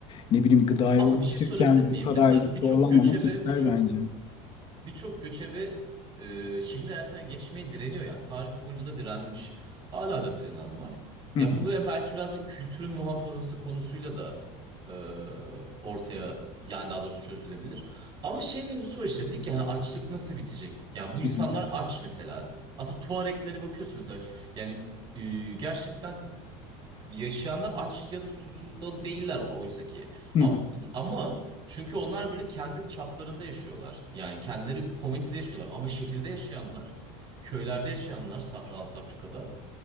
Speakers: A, on the left (about 35°); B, on the right (about 30°).
A: Ne bileyim gıdaya
B: Ama
A: ulaşırken
B: bir şey sorabilir miyim?
A: bu kadar
B: Mesela birçok
A: zorlanmamak
B: göçebe,
A: ister
B: birçok
A: bence.
B: birçok göçebe e, şehir hayatına geçmeye direniyor yani. Tarih boyunca da direnmiş. Hala da direnen var.
A: Hı
B: Ya
A: hı,
B: bu ve belki birazcık kültürün muhafazası konusuyla da e, ortaya yani daha doğrusu çözülebilir. Ama şey mevzusu var işte dedik ya hani açlık nasıl bitecek? Yani bu insanlar
A: hı hı,
B: aç mesela. Aslında Tuareglere bakıyorsun mesela. Yani e, gerçekten Yaşayanlar aç ya da susuz da değiller oysa ki.
A: hı
B: Am-
A: hı,
B: Ama çünkü onlar böyle kendi çaplarında yaşıyorlar. Yani kendileri komünitede yaşıyorlar. Ama şehirde yaşayanlar, köylerde yaşayanlar, Sahra Altı Afrika'da